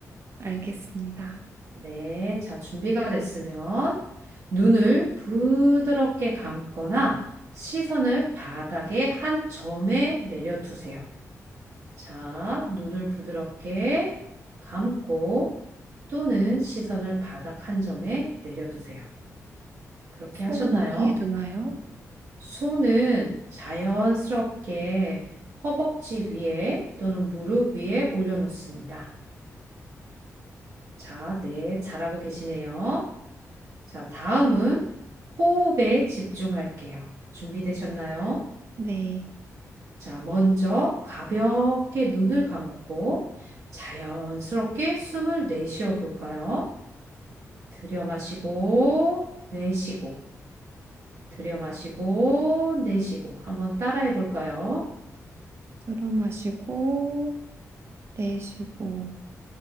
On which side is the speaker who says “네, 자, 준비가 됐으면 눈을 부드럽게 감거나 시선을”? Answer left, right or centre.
Right